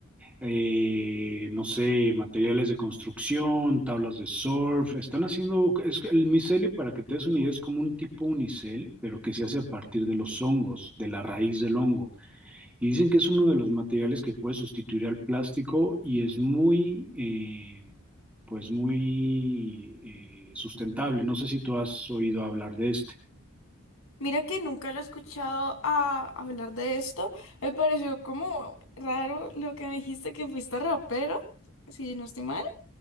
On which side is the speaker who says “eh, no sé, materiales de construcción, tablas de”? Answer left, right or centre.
Centre